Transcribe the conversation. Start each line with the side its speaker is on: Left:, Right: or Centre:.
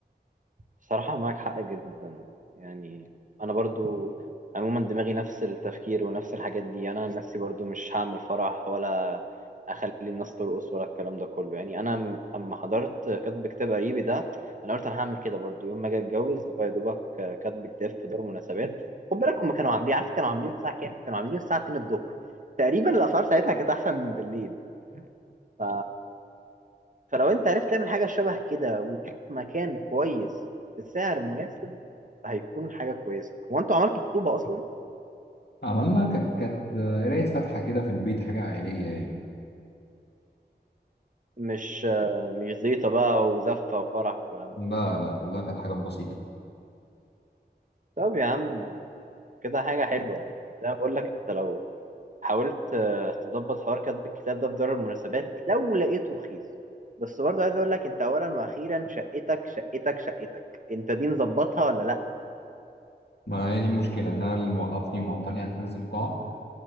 Right: صراحة معاك حق جدا يعني أنا برضو عموما دماغي نفس التفكير ونفس الحاجات دي أنا عن نفسي برضو مش هعمل فرح ولا أخلي الناس ترقص ولا الكلام ده كله يعني أنا م- أما حضرت كاتب كتاب قريبي ده أنا قلت أنا هعمل كده برضو يوم ما أجي أتجوز هو يا دوبك كاتب كتاب في دار مناسبات خد بالك هما كانوا عاملين عارف كانوا عاملين الساعة كام؟ كانوا عاملين الساعة 2 الظهر تقريبا الأسعار ساعتها كانت أحسن من بالليل ف فلو انت عرفت تعمل حاجة شبه كده وتشوف مكان كويس بسعر مناسب هيكون حاجة كويسة هو انتوا عملتوا خطوبة اصلا
Left: عملنا كانت كانت قراية فاتحة كده في البيت حاجة عائلية يعني
Right: مش آه، مش زيطة بقى وزفة وفرح والكلام ده
Left: لا لا كلها كانت حاجات بسيطة
Right: طب يا عم كده حاجة حلوة يعني زي ما بقول لك انت لو حاولت آه، تظبط حوار كتب الكتاب ده في دار المناسبات لو لقيته رخيص بس برضه عايز اقول لك انت اولا واخيرا شقتك شقتك شقتك انت دي مظبطها ولا لا
Left: ما هي دي المشكلة إن أنا اللي موقفني ومعطلني عن حجز القاعة